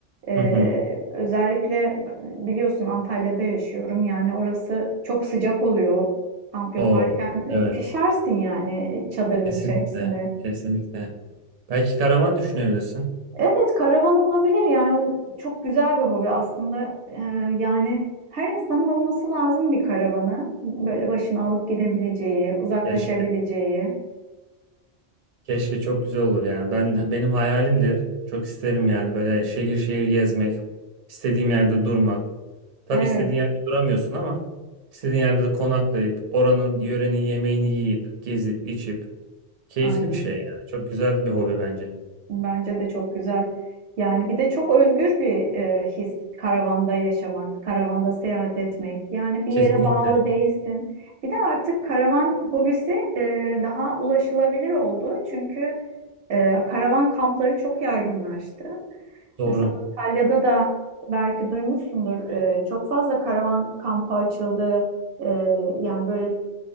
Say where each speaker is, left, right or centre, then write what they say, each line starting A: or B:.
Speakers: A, on the right (about 75°); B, on the right (about 50°).
A: e,
B: Hı hı.
A: özellikle biliyorsun Antalya'da yaşıyorum. Yani orası çok sıcak oluyor kamp yaparken.
B: Oo,
A: e,
B: evet.
A: Pişersin yani çadırın
B: Kesinlikle.
A: içerisinde.
B: Kesinlikle. Belki karavan düşünebilirsin.
A: Evet, karavan olabilir yani o çok güzel bir hobi aslında. Ee, yani her insanın olması lazım bir karavanı. Böyle başına alıp gidebileceği, uzaklaşabileceği.
B: Keşke, keşke çok güzel olur yani. Ben benim hayalimdir. Çok isterim yani böyle şehir şehir gezmek, istediğim yerde durmak. Tabii
A: Evet,
B: istediğin yerde duramıyorsun ama istediğin yerde de konaklayıp oranın yörenin yemeğini yiyip, gezip, içip Keyifli
A: aynen.
B: bir şey yani. Çok güzel bir hobi bence.
A: Bence de çok güzel. Yani bir de çok özgür bir e, his karavanda yaşamak, karavanda seyahat etmek. Yani bir
B: Kesinlikle.
A: yere bağlı değilsin. Bir de artık karavan hobisi e, daha ulaşılabilir oldu. Çünkü e, karavan kampları çok yaygınlaştı.
B: Doğru.
A: Mesela Antalya'da da belki duymuşsundur. e, çok fazla karavan kampı açıldı. E, yani böyle